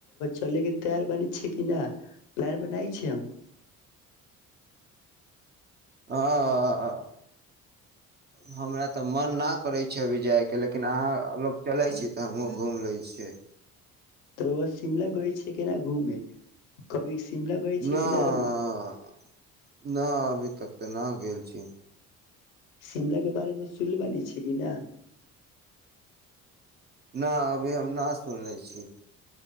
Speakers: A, on the left; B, on the right.
A: चले के तैयार बनै छै कि नहि प्लान बनाय छै हम
B: हँ हमरा तऽ मन नहि करै छै अभी जायके लेकिन अहाँ लोक चलै छी तऽ हमहूँ घूमि लै छियै
A: तऽ शिमला गइ छै केना घूमे कभी शिमला गइल छै
B: नहि
A: कि ना रउआ
B: नहि अभी तक तऽ नहि गेल छी
A: शिमला के बारेमे सुनल बानी छै कि न
B: न अभी हम न सुन ले छी